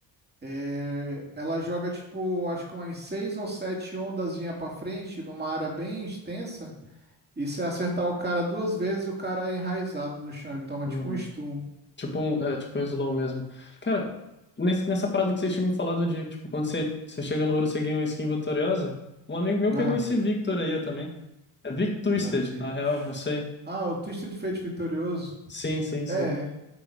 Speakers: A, on the right (about 20°); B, on the left (about 25°).
A: é, ela joga tipo, acho que umas seis ou sete ondazinha pra frente, numa área bem extensa. E se acertar o cara duas vezes, o cara é enraizado no chão. Ele toma
B: uhum.
A: tipo um stun.
B: Tipo um, é, tipo um slow mesmo. Cara, nesse, nessa parada que vocês tinham me falado de, tipo, quando você, você chega no ouro, você ganha uma skin vitoriosa. Um amigo meu
A: Ah,
B: pegou esse Victor aí, eu também. É Vic Twisted,
A: cadê?
B: na
A: Deixa-
B: real, não sei.
A: Ah, o Twisted Fate vitorioso.
B: Sim, sim, sim.
A: É.